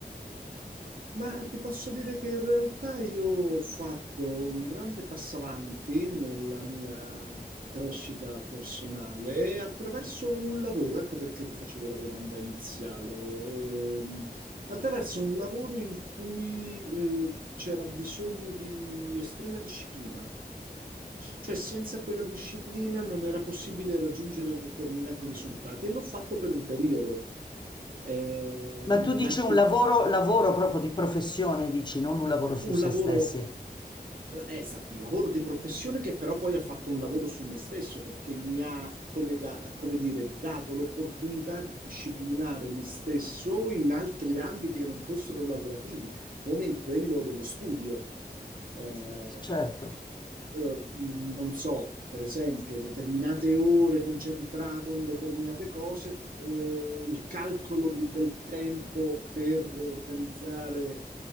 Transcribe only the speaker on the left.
Ma tu
dici
un lavoro, lavoro proprio di professione, dici, non un lavoro su
se
stessi.
Certo.